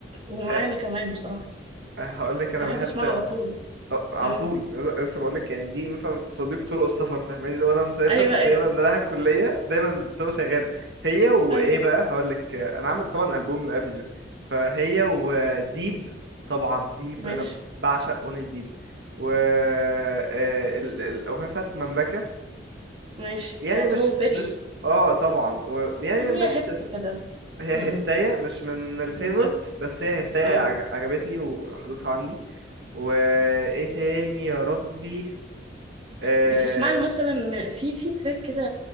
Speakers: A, on the right (about 35°); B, on the right (about 70°).
A: ومعانا
B: أه،
A: كمان بصراحه
B: هقول لك انا
A: أنا
B: بحب
A: احب اسمعها
B: اه
A: على طول
B: على
A: مم.
B: طول أنا لسه بقول لك يعني دي مثلا صديق طرق السفر فاهماني وانا مسافر
A: ايوه ايوه
B: دايما رايح الكلية دايما بتبقى شغالة هي وايه
A: ايوه
B: بقى هقول لك اه انا عامل طبعا ألبوم لأبي يعني فهي وديب طبعا ديب
A: ماشي
B: انا بعشق اغنية ديب و اه ال- ال- الاغنية بتاعت مملكة
A: ماشي
B: يعني
A: بتاعته
B: مش
A: هو بيري
B: مش اه طبعا و... يعني
A: هي
B: مش
A: هت كده
B: هي
A: م-
B: هتاية
A: م.
B: مش من الفيفورت
A: بالظبط
B: بس هي هتاية
A: آه.
B: عج- عجبتني وحطيتها عندي وايه تاني يا ربي آه...
A: بتسمع له مثلا في في تراك كده